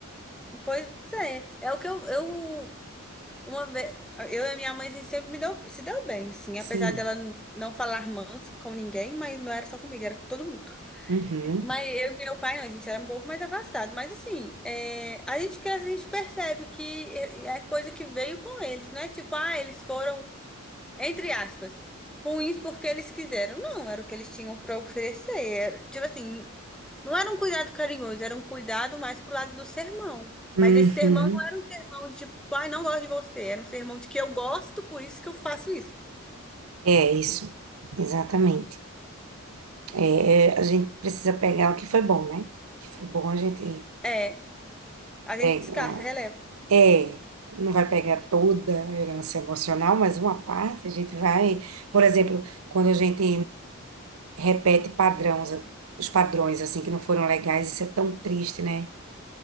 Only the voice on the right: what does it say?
Sim.
Uhum.
Uhum.
É isso, exatamente. É, é, a gente precisa pegar o que foi bom, né? O que foi bom a gente
pega.
É, não vai pegar toda a herança emocional, mas uma parte a gente vai. Por exemplo, quando a gente repete padrões, os padrões assim que não foram legais, isso é tão triste, né?